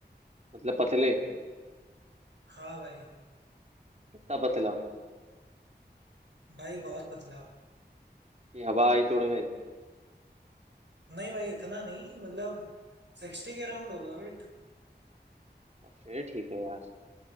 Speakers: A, on the right; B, on the right.
A: मतलब पतले
B: हाँ भाई
A: कितना पतला
B: भाई बहुत पतला
A: कि हवा आई तोड़ में
B: नहीं भाई इतना नहीं मतलब सिक्सटी के अराउंड होगा वेट
A: अब फिर ठीक है यार